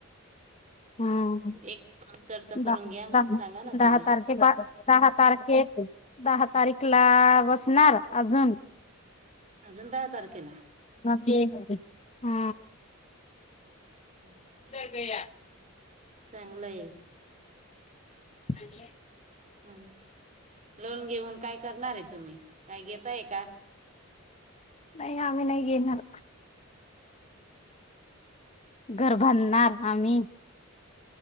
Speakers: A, on the left; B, on the right.
A: हम्म
B: एक चर्चा
A: दहा
B: करून घ्या मग सांगा ना
A: दहा
B: तुम्ही
A: तारखे दहा तारखे दहा तारीख ला बसणार अजून
B: अजून दहा तारखेला
A: ज हा
B: हम्म
A: त्रया
B: चांगलंय
A: अछे
B: हम लोन घेऊन काय करणार आहे तुम्ही काय घताय का
A: नाही आम्ही नाही घ येणार घर बांधणार आम्ही